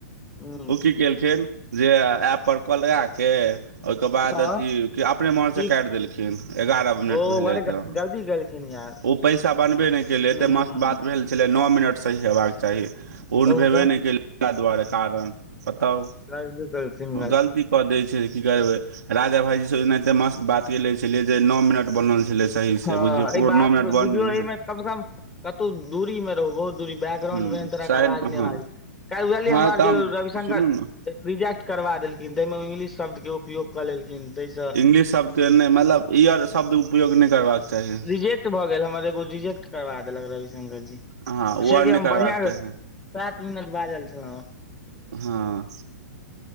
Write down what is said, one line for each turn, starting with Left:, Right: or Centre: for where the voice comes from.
Left: हूं
Right: उ की केलखिन जे ऐप पर कॉल लगा के के ओईके बाद
Left: ह
Right: अथी अपने मोनसँ
Left: की
Right: काटि देलखिन एगारह मिनट
Left: ओ
Right: भेलयि
Left: वर
Right: तऽ
Left: गलती केलखिन यार
Right: ओ पैसा बनबे नय केलै
Left: ह
Right: एते मस्त बात भेल छलै न मिनट सही हेबाक चाही पूर्ण
Left: कहू
Right: भेबे
Left: तऽ
Right: नय केलै तेहे दुआरे कारण बताउ
Left: गलती केलखिन
Right: गलती कऽ दै छै की करबै राजा भाईजी सऽ एनाहिते मस्त बात केले छलै जे नौ मिनट बनल सही से
Left: हँ
Right: बुझियौ ककरो
Left: एहि बात
Right: न मिनट बन
Left: बुझियौ एहिमे
Right: है
Left: कम सऽ कम कतौ दूरी मे रहबौ बैग्राउंड
Right: ह
Left: मे एहन तरह
Right: साइड
Left: के आवाज नय
Right: हँ
Left: बाजै छै बुझलियै
Right: हँ
Left: हमरा आर
Right: तऽ
Left: के
Right: हम
Left: रविशंकर
Right: सुनू ने
Left: रिजेक्ट करबा देलखिन तै में ओ इंग्लिश शब्द के उपयोग कऽ लेलखिन तै सऽ
Right: इंगलिश शब्द के नय मतलब ईयर शब्द उपयोग नय करबाक चाही
Left: रिजेक्ट भऽ गेल हमर एगो रिजेक्ट करबा देलक रविशंकर जी
Right: हँ ओ
Left: से
Right: आर नहि
Left: कि हम
Right: करबाक
Left: बढ़िआँ
Right: चाही
Left: सात मिनट बाजल छलौं हेँ
Right: हँ